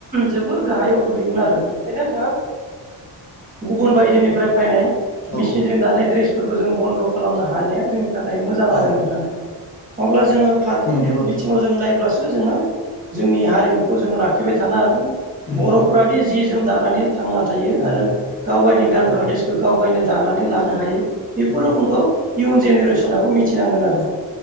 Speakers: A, on the right (about 20°); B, on the left (about 35°).
A: जोबोर गाहायाव गोलैगोन आरो बेखायनो जोङो गुबुन बायजोनिफ्राय। फायनाय मेसिनजों
B: औ
A: दानाय ड्रेसफोरखौ जों बन्द खालामनो हानाया जोंनि थाखाय मोजां
B: ओ
A: आरो नोंथाङा। अब्ला जोङो फारफ्रोमनिबो
B: उम
A: बिथिङाव
B: औ
A: जोङो नायब्लासो। जोङो जोंनि हारिमुखौ जोङो लाखिबाय थानो हागोन
B: उम
A: बर'। जि जोम दानानै थांना थायो आरो
B: औ
A: गाव गायनि गानग्रा
B: औ
A: द्रेसखौ गाव गायनो दानानै लानो हायो। बेफोर
B: औ
A: रोखमखौ इयुन जेनेरेसनाबो मिथिनांगोन आरो।